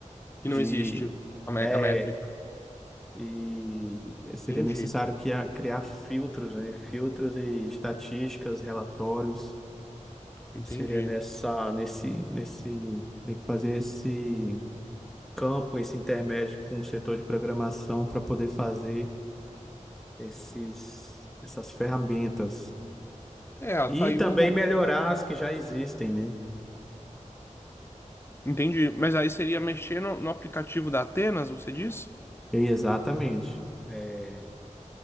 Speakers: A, on the left; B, in the centre.
A: que
B: de
A: não existe a mé-
B: é,
A: a métrica.
B: e seria
A: Entendi,
B: necessário que a, criar filtros, né? Filtros e estatísticas, relatórios.
A: entendi.
B: seria nessa, nesse, nesse, tem que fazer esse campo, esse intermédio com o setor de programação para poder fazer esses, essas ferramentas.
A: É,
B: E
A: tá aí
B: também
A: um bom
B: melhorar as que já existem, né?
A: Entendi. Mas aí seria mexer no, no aplicativo da Atenas, você diz?
B: Exatamente. É,